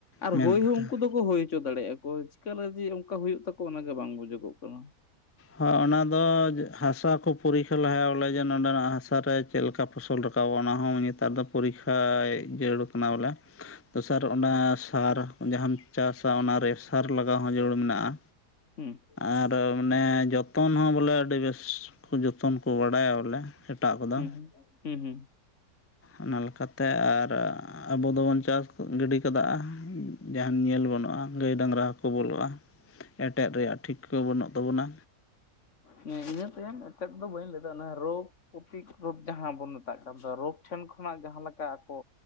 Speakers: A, on the left (about 50°); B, on the left (about 20°).
A: ᱟᱨ
B: ᱢᱮᱱ
A: ᱦᱳᱭ
B: ᱠᱟᱛᱷᱟ
A: ᱦᱚᱸ ᱩᱱᱠᱩ ᱫᱚᱠᱚ ᱦᱳᱭ ᱦᱚᱪᱚ ᱫᱟᱲᱮᱭᱟᱜᱼᱟ ᱠᱚ ᱪᱤᱠᱟᱹ ᱞᱮᱠᱟ ᱡᱮ ᱚᱱᱠᱟ ᱦᱩᱭᱩᱜ ᱛᱟᱠᱚᱣᱟ ᱚᱱᱟᱜᱮ ᱵᱟᱝ ᱵᱩᱡᱩᱜᱚᱜ ᱚ
B: ᱦᱚᱸ ᱚᱱᱟ ᱫᱚ ᱦᱟᱥᱟ ᱠᱚ ᱯᱚᱨᱤᱠᱷᱟ ᱞᱟᱦᱟᱭᱟ ᱵᱚᱞᱮ ᱡᱮ ᱱᱚᱸᱰᱮᱱᱟᱜ ᱦᱟᱥᱟ ᱚᱠᱟᱨᱮ ᱪᱮᱫ ᱞᱮᱠᱟ ᱯᱷᱚᱥᱚᱞ ᱨᱟᱠᱟᱵᱚᱜ-ᱟ? ᱚᱱᱟ ᱦᱚᱸ ᱱᱮᱛᱟᱨ ᱫᱚ ᱯᱚᱨᱤᱠᱠᱷᱟ ᱡᱟᱹᱨᱩᱲ ᱠᱟᱱᱟ ᱵᱚᱞᱮ᱾ ᱫᱚᱥᱟᱨ ᱚᱱᱟ ᱥᱟᱨ ᱡᱟᱦᱟᱸᱢ ᱪᱟᱥᱟ ᱚᱱᱟᱨᱮ ᱥᱟᱨ ᱞᱟᱜᱟᱣ ᱦᱚᱸ ᱡᱟᱹᱨᱩᱲ ᱢᱮᱱᱟᱜᱼᱟ᱾
A: ᱦᱩᱸ
B: ᱟᱨ ᱢᱟᱱᱮ ᱡᱚᱛᱚᱱ ᱦᱚᱸ ᱵᱚᱞᱮ ᱟᱹᱰᱤ ᱵᱮᱥ ᱠᱚ ᱡᱚᱛᱚᱱ ᱠᱚ ᱵᱟᱲᱟᱭᱟ ᱵᱚᱞᱮ ᱴᱟᱜ ᱠᱚᱫᱟ
A: ᱦᱩᱸ ᱦᱩᱸ ᱦᱩᱸ
B: ᱚᱱᱟ ᱞᱮᱠᱟᱛᱮ ᱟᱨ ᱟᱵᱚ ᱫᱚᱵᱚᱱ ᱪᱟᱥ ᱜᱤᱰᱤ ᱠᱟᱫᱟ᱾ ᱡᱟᱦᱟᱸᱱ ᱧᱮᱞ ᱵᱟᱹᱱᱩᱜᱼᱟ ᱜᱟᱹᱭᱼ ᱰᱟᱝᱨᱟ ᱦᱚᱸᱠᱚ ᱵᱚᱞᱚᱜᱼᱟ, ᱮᱴᱮᱫ ᱨᱮᱭᱟᱜ ᱴᱷᱤᱠᱟᱹ ᱵᱟᱹᱱᱩᱜ ᱛᱟᱵᱚᱱᱟ᱾
A: ᱦᱮᱸ ᱤᱱᱟᱹ ᱛᱟᱭᱚᱢ ᱮᱴᱟᱜ ᱫᱚ ᱵᱟᱹᱧ ᱞᱟᱹᱭᱫᱟ ᱚᱱᱟ ᱨᱳᱜᱽ ᱚᱯᱷᱤᱠ ᱨᱳᱜ ᱡᱟᱦᱟᱸ ᱵᱚᱱ ᱢᱮᱛᱟᱜ ᱠᱟᱱ ᱫᱚ ᱨᱳᱜᱽ ᱴᱷᱮᱱ ᱠᱷᱚᱱᱟᱜ ᱡᱟᱦᱟᱸ ᱞᱮᱠᱟ ᱟᱠᱚ